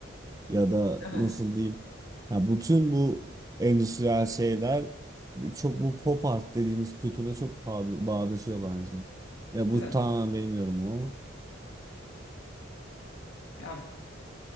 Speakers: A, on the right; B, on the left.
A: ya da
B: evet
A: nasıl diyeyim ya bütün bu endüstriyel şeyler çok bu pop art dediğimiz kültüre çok bağ- bağdaşıyor bence. Ya
B: evet
A: bu tamamen benim yorumum ama.
B: ya